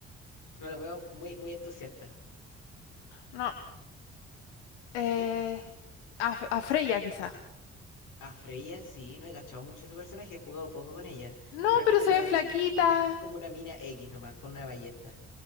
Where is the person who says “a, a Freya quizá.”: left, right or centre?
Left